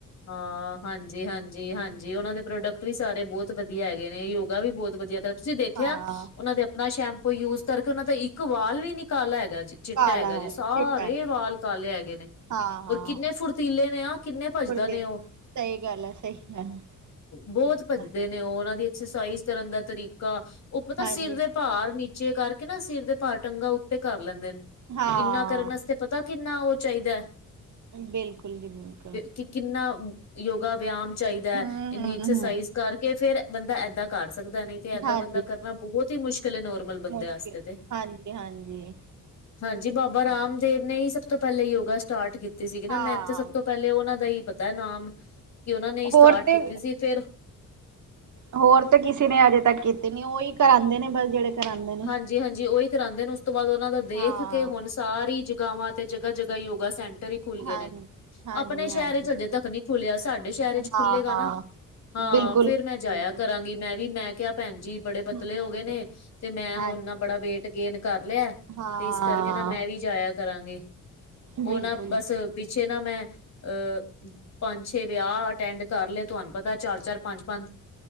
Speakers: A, on the left; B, on the right.
A: ਹਾਂ ਹਾਂਜੀ ਹਾਂਜੀ, ਹਾਂਜੀ ਉਹਨਾਂ ਦੇ ਪ੍ਰੋਡਕਟ ਵੀ ਸਾਰੇ ਬਹੁਤ ਵਧੀਆ ਹੈਗੇ ਨੇ ਯੋਗਾ ਵੀ ਬਹੁਤ ਵਧੀਆ ਕਰਿਆ, ਤੁਸੀਂ ਦੇਖਿਆ
B: ਹਾਂ
A: ਉਹਨਾਂ ਦੇ ਨਾ ਸ਼ੈਂਪੂ ਯੂਜ ਕਰਕੇ, ਉਹਨਾਂ ਦਾ ਇੱਕ ਵਾਲ ਵੀ ਨਿਕਾਲਾ ਹੈਗਾ ਜੀ ਚਿੱਟਾ
B: ਕਾਲਾ
A: ਹੈਗਾ ਜੇ, ਸਾਰੇ
B: ਚਿੱਟਾ
A: ਵਾਲ ਕਾਲੇ ਹੈਗੇ ਨੇ। ਔਰ
B: ਹਾਂ ਹਾਂ
A: ਕਿੰਨੇ ਫੁਰਤੀਲੇ ਨੇ ਆ, ਕਿੰਨੇ ਭੱਜਦੇ
B: ਕੁੜਤੇ
A: ਨੇ ਉਹ।
B: ਸਹੀ ਗੱਲ ਹੈ ਸਹੀ ਗੱਲ
A: ਬਹੁਤ ਭੱਜਦੇ
B: ਹੈ
A: ਨੇ ਉਹ, ਉਹਨਾਂ ਦੀ ਐਕਸਰਸਾਈਜ਼ ਕਰਨ ਦਾ ਤਰੀਕਾ, ਉਹ ਪਤਾ
B: ਹਾਂਜੀ
A: ਸਿਰ ਦੇ ਭਾਰ ਨੀਚੇ ਕਰਕੇ ਨਾ, ਸਿਰ ਦੇ ਭਾਰ ਟੰਗਾਂ ਉੱਤੇ ਕਰ ਲੈਂਦੇ ਨੇ,
B: ਹਾਂ।
A: ਇੰਨਾ ਕਰਨ ਵਾਸਤੇ ਪਤਾ ਕਿੰਨਾ ਉਹ ਚਾਹੀਦਾ
B: ਬਿਲਕੁਲ। ਬਿਲਕੁਲ
A: ਕਿ ਕਿੰਨਾ ਯੋਗਾ ਵਿਆਮ ਚਾਹੀਦਾ,
B: ਹੂੰ
A: ਇੰਨੀ
B: ਹੂੰ
A: ਐਕਸਰਸਾਈਜ਼
B: ਹੂੰ
A: ਕਰਕੇ ਫੇਰ ਬੰਦਾ ਏਦਾਂ ਕਰ ਸਕਦਾ, ਨਹੀਂ ਤੇ ਏਦਾਂ
B: ਹਾਂਜੀ।
A: ਬੰਦਾ ਕਰਨਾ ਬਹੁਤ ਹੀ ਮੁਸ਼ਕਿਲ ਨੂੰ ਬੰਦੇ
B: ਮੁਸ਼ਕਿਲ
A: ਵਾਸਤੇ ਤੇ,
B: ਹਾਂਜੀ ਹਾਂਜੀ
A: ਹਾਂਜੀ ਬਾਬਾ ਰਾਮਦੇਵ
B: ਹਾਂ
A: ਨੇ ਸਭ ਤੋਂ ਪਹਿਲੇ ਯੋਗਾ ਸਟਾਰਟ ਕੀਤੀ ਸੀਗੀ ਨਾ,
B: ਹਾਂ
A: ਮੈਨੂੰ ਤੇ ਸਭ ਤੋਂ ਪਹਿਲੇ ਉਹਨਾ ਦਾ ਹੀ ਪਤਾ ਨਾਮ ਕਿ ਉਹਨਾਂ ਨੇ ਸਟਾਰਟ
B: ਹੋਰ ਤੇ
A: ਕੀਤੀ ਸੀ, ਫਿਰ
B: ਹੋਰ ਤਾਂ ਕਿਸੇ ਨੇ ਅਜੇ ਤੱਕ ਕੀਤੇ ਨੀ, ਉਹੀ ਕਰਾਂਉਂਦੇ ਨੇ ਬਸ ਜਿਹੜੇ ਕਰਾਂਦੇ ਨੇ
A: ਹਾਂਜੀ ਹਾਂਜੀ ਉਹੀ ਕਰਾਉਂਦੇ ਨੇ, ਉਸ ਤੋਂ ਬਾਅਦ ਉਹਨਾਂ ਦਾ ਦੇਖ
B: ਹਾਂ
A: ਕੇ ਹੁਣ ਸਾਰੀ ਜਗਾਵਾਂ ਤੇ, ਜਗ੍ਹਾ ਜਗ੍ਹਾ ਯੋਗਾ ਸੈਂਟਰ ਹੀ ਖੁੱਲ੍ਹ ਗਏ
B: ਹਾਂ
A: ਨੇ।
B: ਹਾਂਜੀ
A: ਆਪਣੇ
B: ਹਾਂਜੀ
A: ਸ਼ਹਿਰ 'ਚ ਅਜੇ ਤੱਕ ਨਹੀਂ ਖੁੱਲਿਆ, ਸਾਡੇ ਸ਼ਹਿਰ ਵਿਚ
B: ਹਾਂ
A: ਖੁੱਲੇਗਾ
B: ਹਾਂ
A: ਨਾ ਹਾਂ
B: ਬਿਲਕੁਲ
A: ਫੇਰ
B: ਬਿਲਕੁਲ
A: ਮੈਂ ਜਾਇਆ
B: ਜੀ
A: ਕਰਾਂਗੀ ਮੈਂ ਵੀ, ਮੈਂ ਕਿਹਾ ਭੈਣ ਜੀ ਬੜੇ ਪਤਲੇ
B: ਹਮ
A: ਹੋ ਗਏ ਨੇ, ਤੇ ਮੈਂ
B: ਹਾਂ
A: ਹੁਣ ਨਾ ਬੜਾ ਵੇਟ ਗੇਨ ਕਰ ਲਿਆ।
B: ਹਾਂ
A: ਤੇ ਇਸ ਕਰਕੇ ਨਾ ਮੈਂ ਵੀ ਜਾਇਆ ਕਰਾਂਗੀ, ਉਹ
B: ਬਿਲਕੁਲ
A: ਨਾ ਬਸ ਪਿੱਛੇ ਨਾ ਮੈਂ ਅਹ ਪੰਜ ਛੇ ਵਿਆਹ ਅਟੈਂਡ ਕਰ ਲਏ, ਤੁਹਾਨੂੰ ਪਤਾ ਚਾਰ ਚਾਰ, ਪੰਜ ਪੰਜ